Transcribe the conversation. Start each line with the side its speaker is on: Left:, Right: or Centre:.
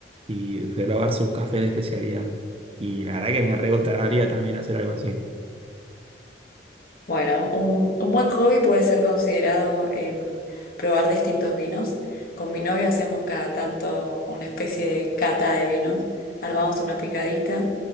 Right: y probar sus cafés de especialidad. Y la verdad que me re gustaría también hacer algo así.
Left: Bueno, un, un buen hobby puede ser considerado em, probar distintos vinos. Con mi novio hacemos cada tanto una especie de cata de vinos, armamos una picadita,